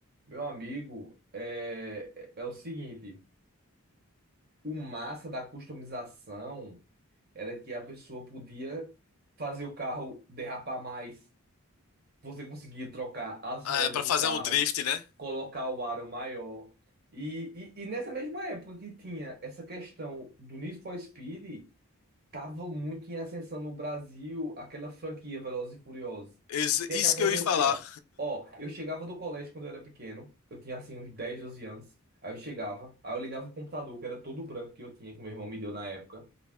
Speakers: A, on the right (about 45°); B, on the left (about 75°).
A: meu amigo, é, é é o seguinte: o massa da customização era que a pessoa podia fazer o carro derrapar mais. Você conseguia trocar as
B: Ah,
A: rodas
B: É, pra
A: do
B: fazer
A: carro,
B: um drift, né?
A: colocar o aro maior. E, e, e nessa mesma época que tinha essa questão do Need for Speed. Tava muito em ascensão no Brasil aquela franquia Velozes e Furiosos. O
B: Isso,
A: que
B: isso
A: é que acontecia?
B: que eu ia falar.
A: Ó, eu chegava do colégio quando eu era pequeno, eu tinha assim uns 10, 12 anos. Aí eu chegava, aí eu ligava o computador, que era todo branco que eu tinha, que meu irmão me deu na época.